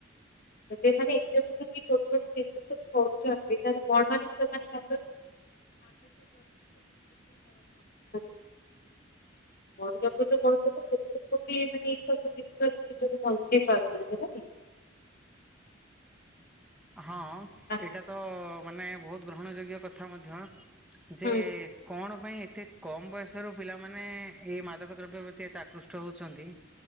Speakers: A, on the left; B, in the centre.
A: ତା ମାନେ ଏତେ କି ଛୋଟ ଛୋଟ ଜିନିଷ ସବୁ କରୁଛନ୍ତି ତାହେଲେ ବଡ ହେଲେ ସେମାନେ ତାଙ୍କ <unintelligible> ପଢିବାକୁ ତ <unintelligible> ଲୋକ ବି ମାନେ ଏଇ ସବୁ ଜିନିଷ ନିଜକୁ ବଞ୍ଚେଇ ପାରୁନାହାନ୍ତି ହେଲା
B: ହଁ
A: ଆ
B: ଏଇଟା ତ ମାନେ ବହୁତ ଗ୍ରହଣ ଯୋଗ୍ୟ କଥା ମଧ୍ୟ। ଯେ
A: ହୁଁ
B: କଣ ପାଇଁ ଏତେ କମ ବୟସ ର ପିଲାମାନେ ଏଇ ମାଦକ ଦ୍ରବ୍ୟ ପ୍ରତି ଏତେ ଆକୃଷ୍ଟ ହଉଛନ୍ତି।